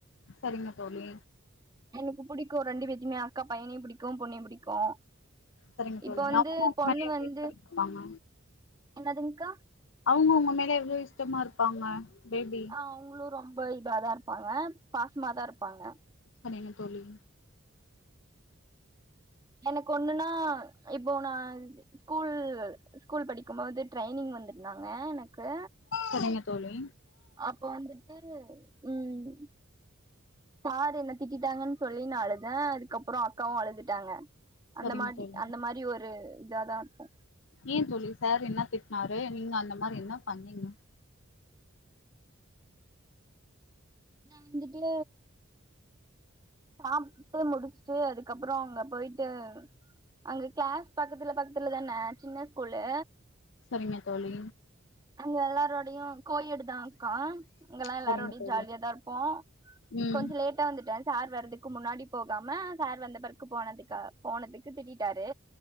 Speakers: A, on the left; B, on the right.
A: சரிங்க தோழி
B: எனக்கு புடிக்கு ரெண்டு வேத்தேமே அக்கா பையனையு புடிக்கு பொண்ணையு புடிக் கு
A: சரிங்க
B: இப்ப
A: தோழி
B: வந்து
A: அவங்க உங்க
B: பொண்ணு
A: மேல எவ்ளோ
B: வந்து
A: இஷ்டமா இருப்பாங்க
B: என்னதுங்க்கா
A: அவுங்க உங்க மேல எவ்ளோ இஷ்டமா இருப்பாங்க பேபி
B: அவுங்ளு ரொம்ப இதாதா இருப்பாங்க பாசமா தா இருப்பாங்க
A: செரிங்க தோழி
B: எனக்கு ஒண்ணுன்னா இப்போ நா ஸ்கூல்ல்ல ஸ்கூல் படிக்கும் போது ட்ரைனிங் வந்திருந்தாங்க எனக்கு
A: செரிங்க தோழி
B: அப்ப வந்துட்டு ம் சார் என்ன திட்டிட்டாங்கன் சொல்லி நா அழுத அதுக்கப்றோ அக்காவு அழுதுட்டாங்க
A: சரிங்க
B: அந்த மாரி
A: தோழி
B: அந்த மாரி ஒரு இதாதா இருக்கு
A: ஏ தோழி சார் என்ன திட்னாரு நீங்க அந்த மாரி என்ன பண்ணீங்க
B: நா வந்துட்டு சாப்ட்டு முடிச்சுட்டு அதுக்கப்பறோ அங்க போயிட்டு அங்க கிளாஸ் பக்கத்துல பக்கத்துல தானே சின்ன ஸ்கூலு
A: செரிங்க தோழி
B: அங்க எல்லாரோடையு கோயேடு தாக்கா அங்கெல்லா எல்லாரோடையு
A: சரிங்க தோழி
B: ஜாலியாதா இருப்போ
A: ம்
B: கொஞ்சோ லேட்டா வந்துட்டே சார் வர்றதுக்கு முன்னாடி போகாம சார் வந்த பெர்க்கு போனதுக்கா போனதுக்கு திட்டிட்டாரு